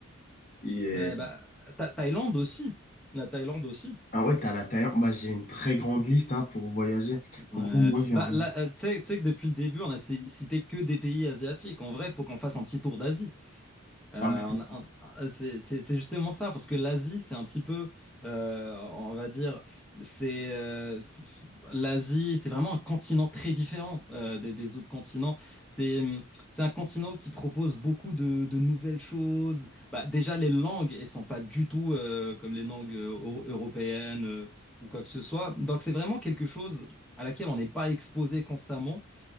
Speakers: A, on the left (about 40°); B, in the centre.
A: Et
B: Ouais, bah, Tha- Thaïlande aussi. La Thaïlande aussi.
A: ah ouais, t'as la Thaïlande. Bah, j'ai une très grande liste hein, pour voyager. En
B: Ouais.
A: gros, moi, j'aimerais
B: Bah, là, euh, tu sais, tu sais que depuis le début, on a ci- cité que des pays asiatiques. En vrai, il faut qu'on fasse un petit tour d'Asie. Euh,
A: Ah, mais c'est-
B: on- a- on- c'est c'est- c'est justement ça, parce que l'Asie, c'est un petit peu, euh, on va dire, c'est euh, f- l'Asie, c'est vraiment un continent très différent euh, des, des autres continents. C'est hum, c'est un continent qui propose beaucoup de, de nouvelles choses. Bah, déjà, les langues, elles sont pas du tout euh, comme les langues euh, eu- européennes euh, ou quoi que ce soit. Donc, c'est vraiment quelque chose à laquelle on n'est pas exposé constamment.